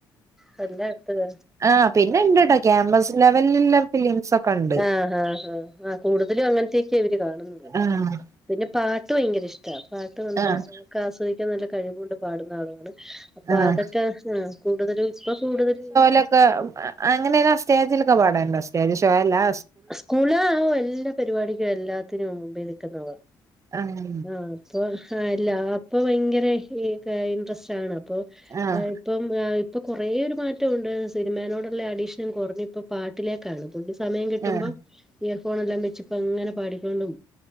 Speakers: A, in the centre; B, on the right.
A: മെല്ലാ എടുത്തത്
B: ആ പിന്നെണ്ട്ട്ടോ ക്യാമ്പസ് ലെവൽള്ള ഫിലിംസ് ഒക്കെണ്ട്.
A: ആഹ് ആഹ് ഹാ ആഹ് കൂടുതലും അങ്ങൻത്തൊക്കെ ഇവര് കാണ്ന്നത്.
B: ആഹ്
A: പിന്നെ പാട്ട് ഭയങ്കരഷ്ട പാട്ട് നല്ല
B: ആഹ്
A: നമുക്ക് ആസ്വദിക്കാൻ നല്ല കഴിവുണ്ട് പാടുന്ന ആളുവാണ്. അപ്പ
B: ആഹ്
A: അതൊക്കെ ആ കൂടുതലും ഇപ്പൊ കൂടുതലും
B: ലൊക്കെ അങ്ങനെ സ്റ്റേജിലൊക്കെ പാടേണ്ടൊ സ്റ്റേജ് ഷോ അല്ലാ
A: സ്കൂള് എല്ലാ പരിപാടിക്കും എല്ലാത്തിനും മുമ്പേ നിൽക്കുന്ന
B: ആഹ്
A: ആ ളാണ് ആ. ഇപ്പൊ ആ അല്ല അപ്പൊ ഭയങ്കര ഇൻട്രസ്റ്റ് ആണ് അപ്പൊ
B: ആഹ്
A: ഏഹ്. ഇപ്പം ഇപ്പൊ കുറേ ഒര് മാറ്റൊണ്ട് സിനിമനോടുള്ള അഡീഷൻ കൊർഞ്ഞ് ഇപ്പ പാട്ടിലേക്കാണ് തുള്ളി സമയ കിട്ടുമ്പം
B: ആഹ്
A: ഇയർ ഫോൺ എല്ലാം വെച്ച്പ്പ അങ്ങനെ പാടിക്കോണ്ടും